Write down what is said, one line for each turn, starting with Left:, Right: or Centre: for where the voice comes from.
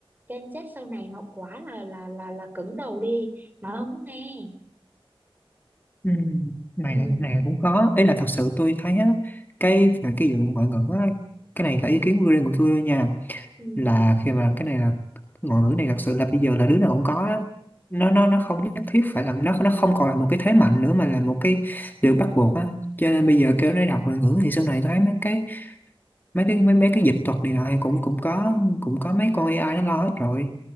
Right: Gen Z sau này nó quá là là là là cứng đầu đi nó không có nghe
Left: Ừ. này
Right: ừ
Left: là- này cũng khó ấy là thật sự tôi thấy á cái về cái vụ ngoại ngữ á cái này là ý kiến riêng của tôi nha
Right: ừ
Left: là khi mà cái này là ngôn ngữ này thật sự là bây giờ là đứa nào cũng có á. nó nó nó không nhất thiết phải là nó nó không còn là một cái thế mạnh nữa mà là một cái điều bắt buộc á cho nên bây giờ kêu nó đọc ngoại ngữ thì sau này tôi thấy mấy cái mấy cái mấy, mấy cái dịch thuật này nọ thì cũng cũng có cũng có mấy con AI nó lo hết rồi